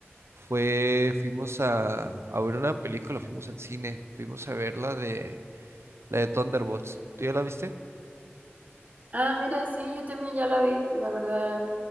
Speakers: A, on the right; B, on the right.
A: fue, fuimos a, a ver una película, fuimos al cine, fuimos a ver la de, la de Thunderbolts. ¿Tú ya la viste?
B: Ah, mira, sí, yo también ya la vi, la verdad.